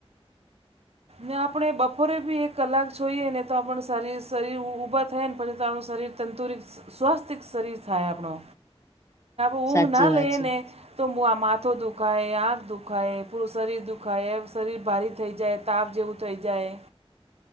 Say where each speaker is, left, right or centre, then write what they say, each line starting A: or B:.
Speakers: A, on the right; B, on the left.
A: ને આપણે બપોરે બી એક કલાક જોઈએ ને તો આપણ સારી શરીર ઊભા થાય ને પછી તો આપણું શરીર. તંતુરિત સ્વાસ્થિક શરીર થાય આપણો
B: <unintelligible>
A: ઊઘ
B: સાચી
A: ના
B: વાત
A: લે
B: છે.
A: ને. તો માથો દુખાય આંખ દુખાય પૂરું શરીર દુખાય શરીર ભારી થઈ જાય. તાવ જેવું થઈ જાય.